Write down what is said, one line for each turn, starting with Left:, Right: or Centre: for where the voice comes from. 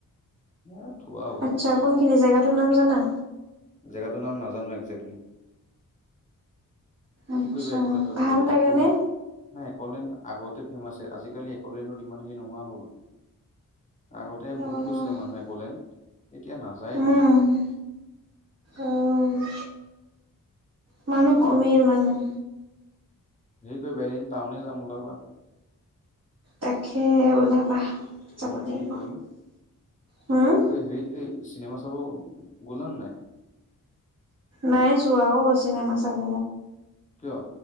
Left: এ থোৱা হ
Right: আচ্ছা কোনখিনি জেগাটোৰ নাম জানা
Left: জেগাতটোৰ নাজানো একজেক্লি
Right: আচ্ছা
Left: কি কৰিবা এক'লেণ্ডত
Right: ভাল
Left: গৈ
Right: লাগেনে?
Left: একো নাই এ'কলেণ্ড আগতে ফেমাছ আজিকালি এ'কলেণ্ডত ইমান হেৰি নোহোৱা হ'ল। আগতে বহুত
Right: অ'
Left: গৈছিলে মানুহে এক'লেণ্ড এতিয়া নাযায় তেনেকে।
Right: উম, অ'। মানুহ কমিল
Left: বাকী,
Right: মানুহ
Left: হেৰি কৰিবা এদিন টাউনে যাম ওলাবা।
Right: তাকে ওলাবা। যাব
Left: ফোন
Right: লাগিব
Left: ফোন কৰিম।
Right: হম
Left: এই হেৰি এই চিনেমা চাব গ'লা নে নাই।
Right: নাই চোৱা অ' চিনেমা চাব।
Left: কিয়।